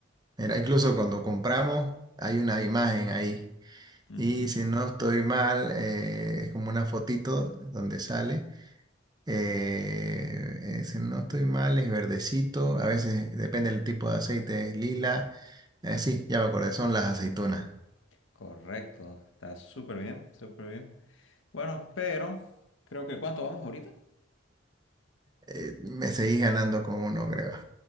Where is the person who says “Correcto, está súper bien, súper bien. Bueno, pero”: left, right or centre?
Left